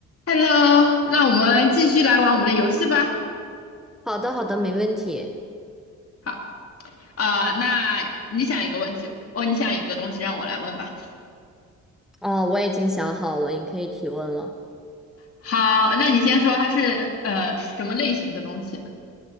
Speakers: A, on the left; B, in the centre.
A: Hello，那我们继续来玩我们的游戏吧。
B: 好的，好的，没问题。
A: 好，啊、那你想一个问题，哦，你想一个东西让我来问吧。
B: 哦，我已经想好了，你可以提问了。
A: 好，那你先说它是呃什么类型的东西？